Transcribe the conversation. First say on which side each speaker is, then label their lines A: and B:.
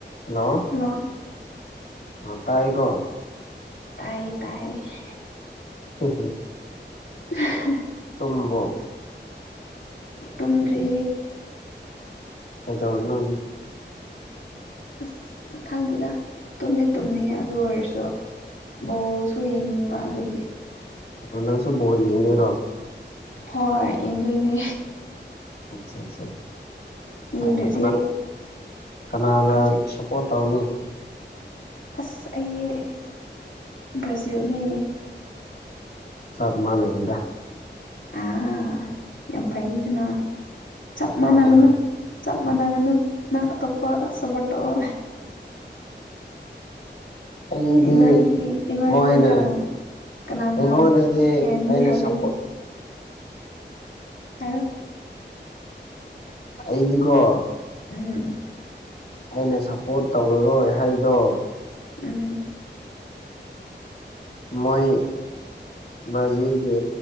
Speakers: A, on the left; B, on the left.
A: ꯍꯦꯜꯂꯣ
B: ꯍꯦꯜꯂꯣ
A: <unintelligible>
B: ꯇꯥꯏꯌꯦ ꯇꯥꯏꯌꯦ
A: <unintelligible>
B: <unintelligible>
A: ꯇꯨꯝꯃꯕꯣ
B: ꯇꯨꯝꯗ꯭ꯔꯤ
A: ꯀꯗꯧꯔꯤꯅꯣ
B: ꯑꯁ ꯈꯪꯗꯦꯗ ꯇꯨꯝꯗꯤ ꯇꯨꯝꯅꯤꯡꯉꯦ ꯑꯗꯨ ꯑꯣꯏꯔꯁꯨ ꯕꯣꯜꯁꯨ ꯌꯦꯡꯅꯤꯡꯕ ꯑꯗꯨꯒꯤ
A: ꯀ ꯁꯣꯔꯣ <unintelligible>
B: ꯍꯣꯏꯣꯏ ꯌꯦꯡꯗꯣꯏꯅꯦ
A: ꯑꯆꯥ ꯑꯆꯥ
B: ꯌꯦꯡꯗ꯭ꯔꯗꯤ
A: ꯍꯥꯏ ꯊꯅꯥ ꯀꯅꯥꯒ
B: ꯍꯧꯖꯤꯛ
A: ꯁꯄꯣꯔꯠꯎꯣ
B: ꯑꯁ ꯑꯩ ꯕ꯭ꯔꯥꯖꯤꯜꯅꯦ
A: ꯁꯥꯞ ꯃꯥꯅꯅꯗ
B: ꯑꯥ ꯌꯥꯝ ꯐꯩꯗꯅ ꯆꯞ ꯃꯥꯟꯅꯒꯅꯨ
A: ꯍꯣꯏ ꯍꯣꯏ
B: ꯆꯞ ꯃꯥꯟꯅꯒꯅꯨ ꯅꯪ ꯑꯇꯣꯞꯄ ꯁꯞꯄꯣꯔꯠ ꯇꯧꯑꯣ
A: ꯑꯗꯨꯗꯤ
B: ꯏꯕꯥꯅꯤ ꯏꯕꯥꯅꯤ
A: ꯃꯣꯏꯅ
B: ꯀꯅꯥ ꯀꯅꯥꯅ
A: ꯎꯉꯗꯗꯤ
B: ꯍꯦꯟꯅꯤ
A: ꯑꯩꯅ
B: ꯍꯥꯏꯗꯣꯏꯅꯤ
A: ꯁꯄꯣ
B: <unintelligible>
A: ꯑꯩꯗꯤꯀꯣ
B: ꯎꯝ
A: ꯑꯩꯅ ꯁꯞꯄꯣꯔꯠ ꯇꯧꯔꯔꯣꯏ ꯍꯥꯏꯗꯣ
B: ꯎꯝ
A: ꯃꯣꯏ ꯕ꯭ꯔꯥꯖꯤꯜꯒꯤ